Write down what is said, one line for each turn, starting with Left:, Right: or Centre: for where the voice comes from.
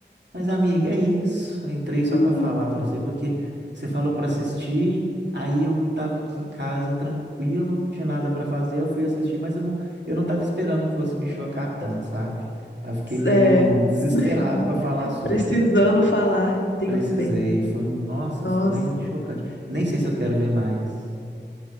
Right: Mas, amiga, é isso. <laughs> Eu Entrei
Left: Uhum.
Right: só para falar para você, porque você falou para assistir, aí eu tava aqui em casa tranquilo, não tinha nada para fazer, eu fui assistir, mas eu não, eu não tava esperando que fosse me chocar tanto, sabe? Aí eu fiquei meio
Left: É,
Right: desesperado
Left: <laughs>
Right: para falar sobre.
Left: precisando falar, entendo
Right: Precisei,
Left: bem.
Right: foi, nossa,
Left: Nossa.
Right: foi chocante. Nem sei se eu quero ver mais.